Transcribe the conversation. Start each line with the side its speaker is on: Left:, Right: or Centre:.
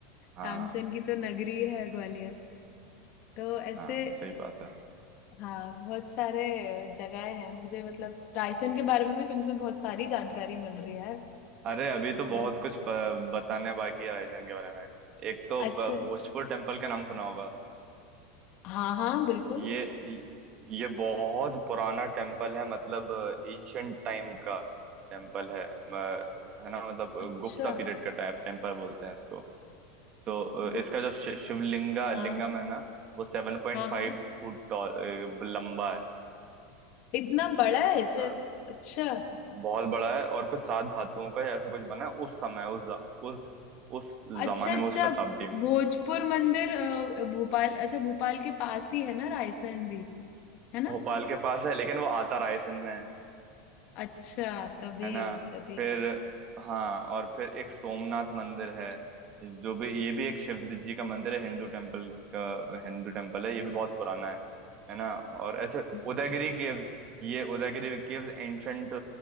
Right: हाँ
Left: तानसेन की तो नगरी है ग्वालियर तो ऐसे
Right: हाँ सही बात है
Left: हाँ बहुत सारे जगह हैं मुझे मतलब रायसेन के बारे में भी तुमसे बहुत सारी जानकारी मिल रही है यार
Right: अरे अभी तो
Left: नाइस
Right: बहुत कुछ प- बताने बाकी है रायसेन के बारे में एक तो
Left: अच्छा
Right: प- भोजपुर टेम्पल का नाम सुना होगा
Left: हाँ हाँ बिल्कुल
Right: ये ये बहुत पुराना टेम्पल है मतलब एंशंट टाइम का टेम्पल है म- है ना मतलब
Left: अच्छा
Right: गुप्ता पीरियड का टाइप टेम्पल बोलते हैं इसको तो अ,
Left: गुप्त
Right: इसका जो शि- शिवलिंगा लिंगम
Left: हाँ
Right: है ना वो seven point
Left: हाँ
Right: five
Left: हाँ
Right: foot tall लंबा है
Left: इतना बड़ा है इसे
Right: है ना
Left: अच्छा
Right: बहुत बड़ा है और कुछ सात धातुओं का ऐसा कुछ बना है उस समय उस ज- उस उस
Left: अच्छा
Right: जमाने में
Left: अच्छा
Right: उस शताब्दी में
Left: भोजपुर मंदिर अ, भोपाल अच्छा भोपाल के पास ही है ना रायसेन भी है ना
Right: भोपाल के पास है लेकिन वो आता रायसेन में है
Left: अच्छा तभी
Right: है ना
Left: तभी
Right: फिर हाँ और फिर एक सोमनाथ मंदिर है जो भी ये भी एक शिव जी का मंदिर है हिंदू टेम्पल का हिंदू टेम्पल है ये भी बहुत पुराना है है ना और ऐसे
Left: हम्म,
Right: उदयगिरी केव्स ये उदयगिरी केव्स एंशंट